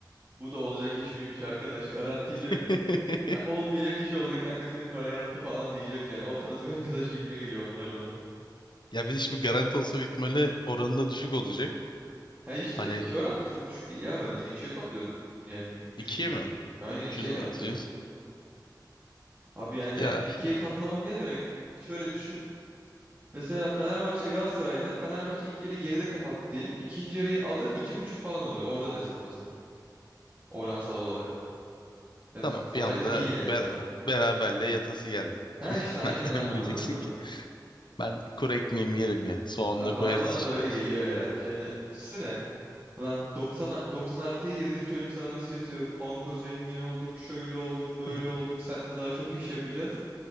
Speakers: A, on the right; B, on the left.
A: bu da olacak iş miymiş arkadaş garantiydi.
B: <laughs>
A: Ha, olmayacak iş oldu kanka senin para yattı falan diyecek yani. O tarz bir arkadaş gibime geliyor onlar bana.
B: Ya bir de şimdi garanti olsa bitmeli oranı da düşük olacak.
A: He işte
B: Hani
A: iki oran da çok düşük değil ya bence. ikiye katlıyorsun yani dü-
B: ikiye
A: düşününce.
B: mi?
A: Aynen
B: 300'den
A: ikiye katlıyorsun.
B: atacağız.
A: Abi yani
B: Ya hi-
A: ikiye katlamak ne demek? Şöyle düşün. Mesela Fenerbahçe Galatasaray'da Fenerbahçe ilk yarıyı geride kapattı diyelim. İkinci yarıyı alır iki buçuk falan oluyor oradan hesaplasa. Oransal olarak. Yani
B: tamam
A: kolay
B: bir anda
A: da değil yani
B: be-
A: o kadar.
B: beraberle yatası geldi.
A: Ha
B: <laughs>
A: işte aynen
B: Nereden
A: abi anladın
B: bileceksin
A: mı?
B: ki? Ben kuru ekmeğimi yerim ya. Soğan
A: Abi
B: da koyarız
A: bana, bana
B: içine.
A: da öyle geliyor ya. Yani düşünsene. Lan 90, a- 90 artıya girdin çocuk sana mesaj atıyor. Kanka zengin olduk şöyle olduk
B: <laughs>
A: böyle olduk seninle daha çok iş yapacağız.